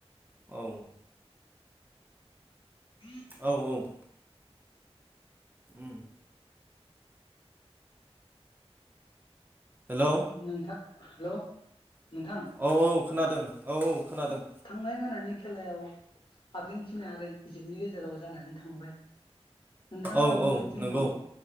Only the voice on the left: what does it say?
<unintelligible>
नोंथा हेलौ नोंथां।
थांनाय मोनानि खेलायाव आर्जेेनटिना आरो इजिप्टनि गेजेराव जानानै थां थांबाय नोंथाङा
बबे
टिमखौ